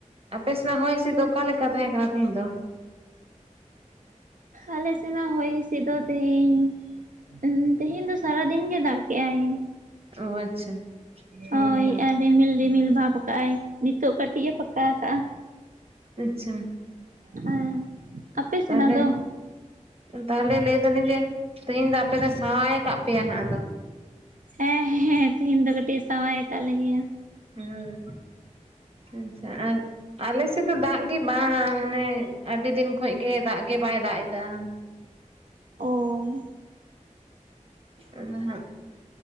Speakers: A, on the right; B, on the right.
A: ᱟᱯᱮ ᱥᱮᱱᱟᱜ ᱦᱚᱭ ᱦᱤᱸᱥᱤᱫ ᱫᱚ ᱚᱠᱟ ᱞᱮᱠᱟ ᱛᱟᱦᱮᱸ ᱠᱟᱱᱟ ᱛᱤᱦᱤᱧ ᱫᱚ?
B: ᱟᱞᱮ ᱥᱮᱱᱟᱜ ᱦᱚᱭ ᱦᱤᱸᱥᱤᱫ ᱫᱚ ᱛᱮᱦᱤᱧ ᱩᱸ ᱛᱮᱦᱮᱧ ᱫᱚ ᱥᱟᱨᱟ ᱫᱤᱱ ᱜᱮ ᱫᱟᱜ ᱠᱮᱜᱼᱟᱭ᱾
A: ᱚ ᱟᱪᱪᱷᱟ᱾ ᱦᱮᱸᱛᱚ
B: ᱦᱳᱭ ᱟᱨ ᱨᱤᱢᱤᱞ ᱨᱤᱢᱤᱞ ᱵᱷᱟᱵ ᱠᱟᱜᱼᱟᱭ ᱱᱤᱛᱳᱜ ᱠᱟ ᱴᱤᱡ ᱮ ᱯᱷᱟᱸᱠᱟ ᱠᱟᱜᱼᱟ
A: ᱟᱪᱪᱷᱟ
B: ᱦᱮᱸ ᱟᱯᱮ
A: ᱛᱟᱦᱚᱞᱮ
B: ᱥᱮᱱᱟᱜ ᱫᱚ?
A: ᱛᱟᱦᱚᱞᱮ ᱞᱮᱹᱭ ᱫᱟᱞᱤᱧ ᱡᱮ ᱛᱮᱦᱤᱧ ᱫᱚ ᱟᱯᱮ ᱫᱚ ᱥᱟᱶᱟᱭ ᱠᱟᱜ ᱯᱮᱭᱟ ᱦᱟᱸᱜ ᱟᱫᱚ?
B: ᱦᱮᱸ ᱦᱮᱸ ᱛᱤᱦᱤᱧ ᱫᱚ ᱠᱟᱹᱴᱤᱡ ᱮ ᱥᱟᱶᱟᱭ ᱠᱟᱫ ᱞᱮᱜᱮᱭᱟ᱾
A: ᱦᱳᱭ ᱟᱪᱪᱷᱟ ᱟᱨ ᱟᱞᱮ ᱥᱮᱫ ᱫᱚ ᱫᱟᱜ ᱜᱮ ᱵᱟᱝ ᱦᱟᱱᱮ ᱟᱹᱰᱤ ᱫᱤᱱ ᱠᱷᱚᱡ ᱜᱮ ᱫᱟᱜ ᱜᱮ ᱵᱟᱭ ᱫᱟᱜ ᱮᱫᱟ᱾
B: ᱚ᱾
A: ᱟᱫᱚ ᱦᱟᱸᱜ